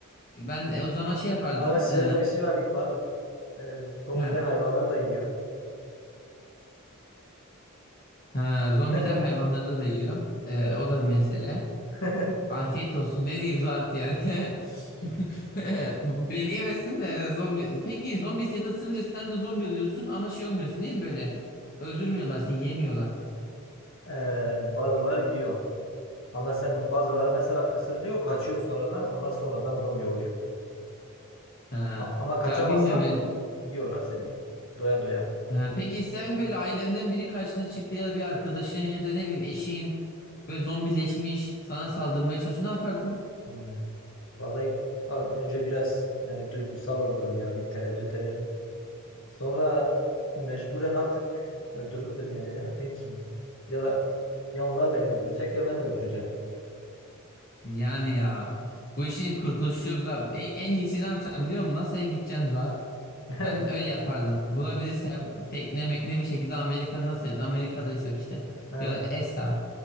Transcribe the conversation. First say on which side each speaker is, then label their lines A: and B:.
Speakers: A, on the left; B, on the left.
A: ben e, o zaman şey yapardım.
B: Ama şöyle
A: E,
B: bir şey var İkbal. E, zombiler
A: he,
B: hayvanları da yiyor.
A: ha, zombiler
B: <laughs>
A: hayvanları da yiyor. E,
B: Evet.
A: o da bir mesele.
B: <laughs>
A: Afiyet olsun. Ne diyeyim zaten yani. <laughs> Beni yemesin de zombi. Peki zombi seni ısırınca sen de zombi oluyorsun ama şey olmuyorsun değil mi böyle? Öldürmüyorlar seni, yemiyorlar.
B: Ee, e, bazıları yiyor. Ama sen bazıları mesela ısırılıyor, kaçıyor sonradan. Onlar sonradan zombi oluyor.
A: Ha.
B: A- Ama kaçamazsan
A: Ya bilmiyorum. e,
B: yiyorlar seni. Doya doya.
A: Ha, peki sen böyle ailenden biri karşına çıktı ya da bir arkadaşın ya da ne bileyim eşin böyle zombileşmiş sana saldırmaya çalışıyor ne yapardın?
B: Hmm. Vallahi al- önce biraz yani duygusal olurum ya. Bir tereddüt ederim. Sonra mecburen artık öldürürdüm yani. Ne yapayım ki? Ya da ya onlar beni öldürecek ya ben öldüreceğim.
A: Yani ya bu işin kurtuluşu yok Zuhat. En, en iyisi ne yapacaksın biliyor musun? NASA'ya gideceksin Zuhat.
B: <laughs>
A: Ben öyle yapardım. Bulabilirsem tekne mekne bir şekilde Amerika NASA'ya da Amerika'daysak işte
B: Ha,
A: ya da ESA